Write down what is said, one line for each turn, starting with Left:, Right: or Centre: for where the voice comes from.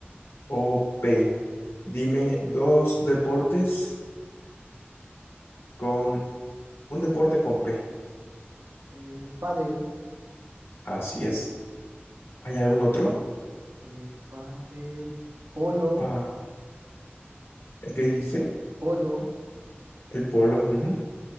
Left: O-P. Dime dos deportes con un deporte con P.
Right: Eh, pádel,
Left: Así es. ¿Hay algún otro?
Right: eh, pádel, polo,
Left: Pa, ¿el que dijiste?
Right: polo.
Left: El polo. ujú.